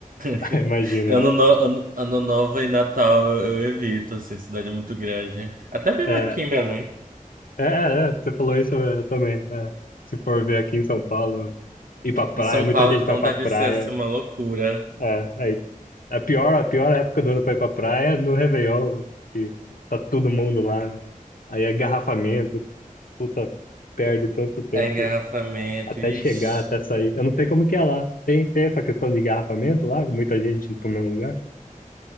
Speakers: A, on the right; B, on the left.
A: <laughs>
B: <laughs> imagina.
A: Ano, no- ano, ano novo e Natal eu, eu evito, assim, cidade muito grande. Até mesmo
B: É,
A: aqui em Belém.
B: é, é, é, você falou isso eu também. é. Se for ver aqui em São Paulo, ir pra praia,
A: Em São
B: muita
A: Paulo,
B: gente
A: então,
B: vai pra
A: deve
B: praia.
A: ser assim uma loucura.
B: É, aí, a pior, a pior época do ano pra ir pra praia é no Réveillon, que tá todo mundo lá, né? Aí é garrafamento, puta, perde tanto tempo
A: É engarrafamento.
B: até
A: Ixi.
B: chegar, até sair. Eu não sei como que é lá. Tem, tem essa questão de garrafamento lá? Muita gente pro mesmo lugar?